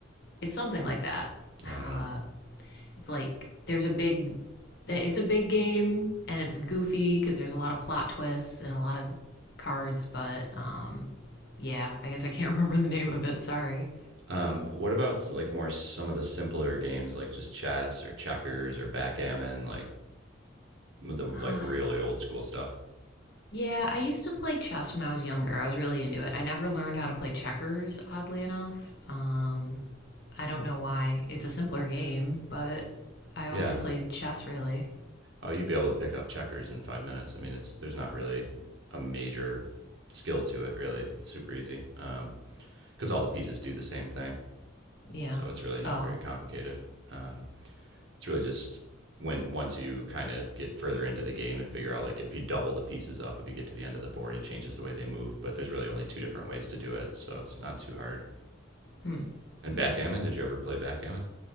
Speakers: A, on the left; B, on the right.
A: It's something like that.
B: Yeah, I don't
A: Uh,
B: know.
A: it's like there's a big, eh, it's a big game and it's goofy because there's a lot of plot twists and a lot of cards. But um, yeah, I guess I can't <laughs> remember the name of it. Sorry.
B: Um, what about like more some of the simpler games like just chess or checkers or backgammon, like the
A: Uh,
B: like really old school stuff?
A: yeah, I used to play chess when I was younger. I was really into it. I never learned how to play checkers, oddly enough. Um, I don't know why. It's a simpler game, but I
B: Yeah.
A: only played chess really.
B: Oh, you'd be able to pick up checkers in five minutes. I mean, it's there's not really a major skill to it, really. It's super easy because um, all the pieces do the same thing,
A: Yeah.
B: so it's really not
A: Oh.
B: very complicated. Um, It's really just when once you kind of get further into the game and figure out like if you double the pieces up, if you get to the end of the board, it changes the way they move. But there's really only two different ways to do it, so it's not too hard.
A: Hmm.
B: And
A: Hmm.
B: backgammon, did you ever play backgammon?